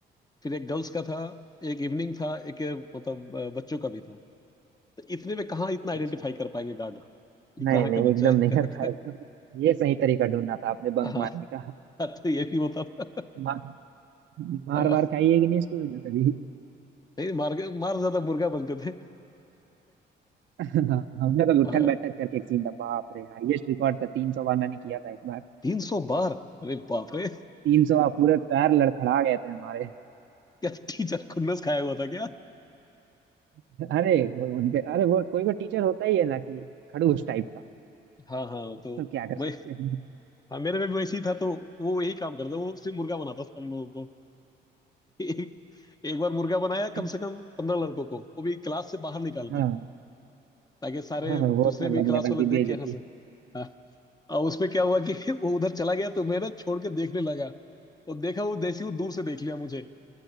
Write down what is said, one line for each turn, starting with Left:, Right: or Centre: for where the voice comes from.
Left: फिर एक गर्ल्स का था एक इवनिंग था एक अ, मतलब अ, बच्चों का भी था तो इतने में कहाँ इतना आइडेंटिफाई
Right: अच्छा
Left: कर पाएंगे गार्ड ये कहाँ
Right: नहीं नहीं
Left: का बच्चा
Right: एकदम
Left: है
Right: नहीं कर
Left: कहाँ
Right: पाएगा
Left: का
Right: ये सही तरीका ढूंढना था आपने
Left: <laughs>
Right: बंक मारने का
Left: हाँ तो ये भी होता था
Right: मार मार
Left: हाँ,
Right: मार खाई है कि नहीं स्कूल में कभी
Left: नहीं मार के मार ज्यादा मुर्गा बनते थे
Right: <laughs> हाँ, हम लोग उठक
Left: हाँ,
Right: बैठक करके एक सीन था बाप रे हाईएस्ट रिकॉर्ड था तीन सौ बार मैंने किया था एक बार
Left: तीन सौ बार अरे बाप रे
Right: तीन सौ बार पूरे पैर लड़खड़ा गए थे हमारे
Left: क्या टीचर खुन्नस खाया हुआ था क्या
Right: <laughs> अरे वो उनके अरे वो कोई कोई टीचर होता ही है ना कि खड़ूस टाइप का
Left: हाँ हाँ तो
Right: तो क्या कर
Left: वही
Right: सकते हैं
Left: हाँ मेरे में भी वैसे ही था तो वो यही काम करता वो सिर्फ मुर्गा बनाता था हम लोगों को <laughs> एक, एक बार मुर्गा बनाया
Right: <laughs>
Left: कम से कम पंद्रह लड़कों को वो भी क्लास से बाहर निकाल
Right: हाँ
Left: कर ताकि सारे
Right: हाँ वो
Left: दूसरे
Right: तो अलग
Left: भी क्लास
Right: लेवल
Left: वाले
Right: की
Left: देख
Right: बेइज्जती
Left: के यहाँ से हाँ और उसमें क्या हुआ कि <laughs> वो उधर चला गया तो मैं ना छोड़ के देखने लगा और देखा वो जैसे ही वो दूर से देख लिया मुझे